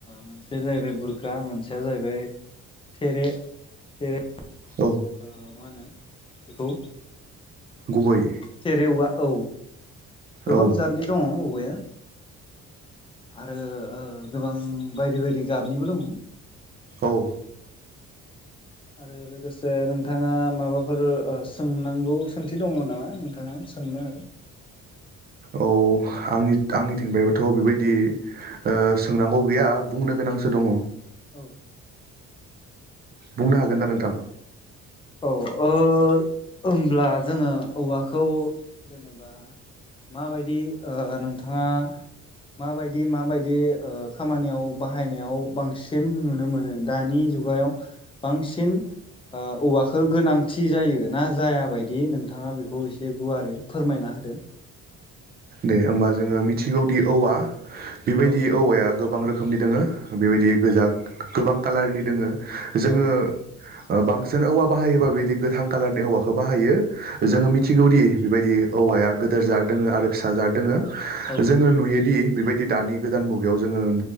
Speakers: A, on the left; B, on the right.
A: मोनसेया जाहैबाय बुरखा मोनसेया जाहैबाय थेरे थेरे
B: औ
A: ओ मा होनो बेखौ?
B: गुबै।
A: थेरे औवा औ गोबां
B: औ
A: जातनि दङ' औवाया। आरो गोबां बायदि बायदि गाबनिबो दङ।
B: औ।
A: आरो लोगोसे नोंथाङा माबाफोर सोंनांगौ सोंथि दङ' नामा नोंथाङा? सोंनो हागोन।
B: औ आंनि आंनिथिंबोथ' बेबायदि ओ सोंनांगौ गैया बुंनो गोनां फंसे दङ।
A: औ।
B: बुंनो हागोनदा
A: ओ
B: नोंथां?
A: औ ओ होमब्ला जोङो औवाखौ जेनेबा माबायदि ओ नोंथाङा माबायदि माबायदि ओ खामानियाव बाहायनायाव बांसिन नुनो मोनो दानि जुगायाव बांसिन ओ औवा खो गोनांथि जायो ना जायाबायदि नोंथाङा बेखौ एसे गुवारै फोरमायना होदो।
B: दे होमबा जोङो मिथिगौदि औवा बेबायदि
A: औ
B: औवाया गोबां रोखोमनि दोङो बेबायदि गोजा गोबां कालारनि दोङो जोङो
A: औ
B: बांसिन औवा बाहायोबा बेदि गोथां कालारनि औवाखौ बाहायो। जोङो
A: औ
B: मिथिगौदि बेबायदि औवाया गेदेर जाद दोङो आरो फिसा जाद दोङो।
A: औ
B: जोङो नुयोदि बेबायदि दानि गोदान मुगायाव जोङो